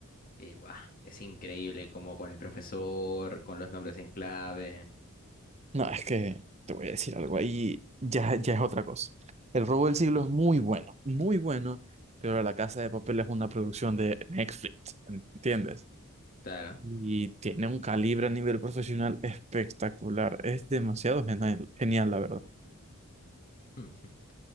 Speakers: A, on the left (about 40°); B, on the right (about 30°).
A: Y, guau, es increíble como con el profesor, con los nombres en clave.
B: No, es que te voy a decir algo ahí. Ya, ya es otra cosa. El robo
A: Ujú,
B: del siglo es muy bueno, muy bueno, pero La Casa de Papel es una producción de Netflix, ¿entiendes?
A: claro.
B: Y tiene un calibre a nivel profesional espectacular. Es demasiado genial, genial, la verdad.
A: <laughs>